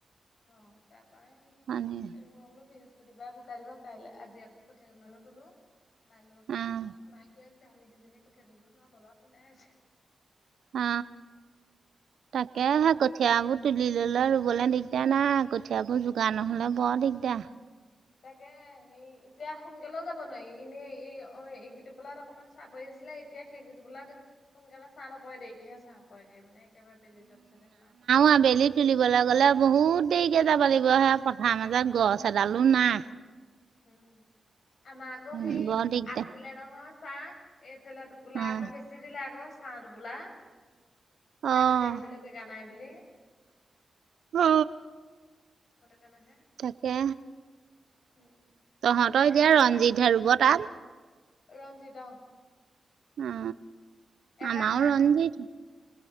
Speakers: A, on the left; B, on the right.
A: অ তাপা
B: শনি
A: এই মই বোলো বৃহ পতিবাৰে ভুকাই দিব কাইলে আজি আকৌ কঠীয়া কে মানকে তুলো কাইলৈ আকৌ
B: অ',
A: হেকো মায়ে কৈ আছে আমি দুজনীয়ে কঠিয়া তুলিব নোৱাৰো বাবাক শুনাই আছে
B: অ তাকে সেই কঠিয়াবোৰ তুলি ললে ৰুবলে দিগদাৰ নাই কঠীয়াবোৰ যোগাৰ নহ'লে বৰ দিগদাৰ
A: তাকে হেই এতিয়া সোনকালেও যাব নোৱাৰি এনেই এই অ এইগিটোপালাত অকমান চাহ পছিলে এতিয়া সেই কোটোপোলাত সোনকালে চাহ নপৰে দেৰিকেহে চাহ পৰেগে মানে একেবাৰে বেলি যোৱাৰ পিছতহে ছা
B: অ বেলিত তুলিবলৈ গ'লে বহুত দেৰিকে যাব লাগিব সেয়া পথাৰ মাজত গছ এডালো নাই
A: উম আমাৰ আকৌ
B: উম,
A: সেই
B: বৰ দিগদাৰ
A: আছিলে নহয় ছাঁ এইফাল টোপোলা
B: অ',
A: আকৌ বেছি দিলে আকৌ ছাঁ টোপোলা সেয়া
B: অ',
A: কঠীয়া ৰুবলে জেগা নাই বুলি
B: অ
A: সেটোকানেহে
B: কা
A: উম
B: তহঁত এতিয়া
A: এটা
B: ৰঞ্জিতহে ৰুব তাত
A: ৰঞ্জিত অ
B: অ
A: এটা
B: আমও
A: হাঁহ
B: ৰঞ্জিত